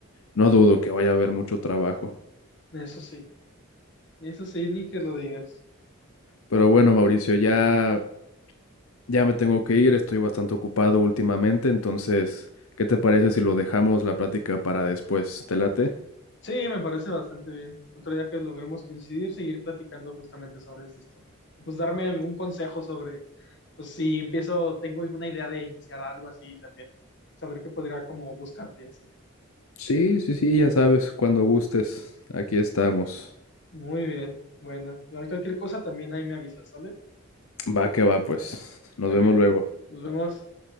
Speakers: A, on the left; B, on the left.
A: no dudo que vaya a haber mucho trabajo.
B: Eso sí. Eso sí, ni que lo digas.
A: Pero bueno, Mauricio, ya, ya me tengo que ir, estoy bastante ocupado últimamente, entonces, ¿qué te parece si lo dejamos la plática para después? ¿Te late?
B: Sí, me parece bastante bien. Otro día que logremos coincidir, seguir platicando justamente sobre esto. Pues darme algún consejo sobre, pues si empiezo, tengo alguna idea de iniciar algo así también, saber qué podría como buscarte y así.
A: Sí, sí, sí, ya sabes, cuando gustes, aquí estamos.
B: Muy bien, bueno, igual cualquier cosa también ahí me avisas, ¿sale?
A: Va que va, pues. Nos
B: Muy bien,
A: vemos luego.
B: nos vemos.